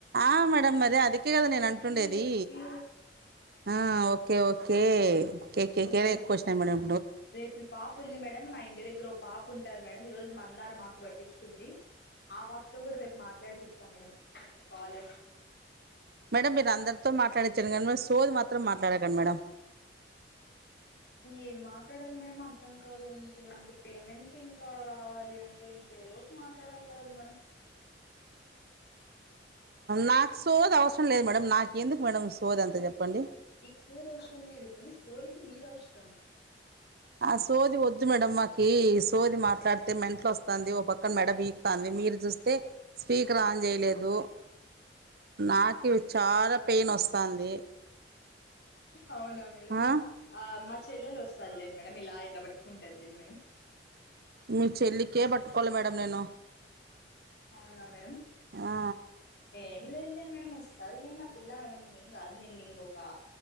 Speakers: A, on the right; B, on the left.
A: ఆ మేడం మరి అది దే కదా నేను
B: ఓకే
A: అంటుండేది
B: ఓకే
A: ఆ ఓకే ఓకే కే కేకే
B: ఓకే
A: ఎక్కువ
B: ఓకే
A: వచ్చినాయి మేడం
B: రేపు ఈ పాప ఉంది మేడం మా ఇంటి దగ్గర పాప ఉంటారు మేడం ఈ రోజు మందార మాకు పట్టించుకుంది ఆ పాపతో కూడా రేపు మాట్లాడిపిస్తా మేడం కాలే
A: మేడం మీరు అందరితో మాట్డడిచ్చారు కానీ సోది మాత్రం మాట్లాడకండి మేడం
B: ఏం మాట్లాడాలి మేడం అర్థం కాదు ఇంక ఇలాంటి పేమెంట్ ఇంకా రావాలి అంటే ఇంకేదో మాట్లాడాలి కదండి మేడం
A: నాకు సోది అవసరం లేదు మేడం నాకు ఎందుకు మేడం సోది అంత చెప్పండి
B: సోదవసరం లేదు కాని సోదికి మీరు అవసరం
A: ఆ సోది వద్దు మేడం మాకి ఈ సోది మాట్లాడితే మెంటల్ వస్తాంది ఓ పక్కన మేడం ఈ తాంది మీరు చూస్తే స్పీకర్ ఆన్ జేయలేదు నాకు చాలా పెయిన్ వస్తాంది
B: అవునా మేడం
A: ఆ
B: ఆ మా చెల్లెలు వస్తాలే మేడం ఇలా ఇట్ల పట్టుకుంటాదిలే మేడం
A: మీ చెల్లికే పట్టుకోవాలి మేడం నేను
B: అవునా మేడం
A: ఆ
B: ఏం లేదులే మేడం వస్తాంది లేండి ఆ పిల్ల మేడం ఏం కాదులేండి ఇంకొక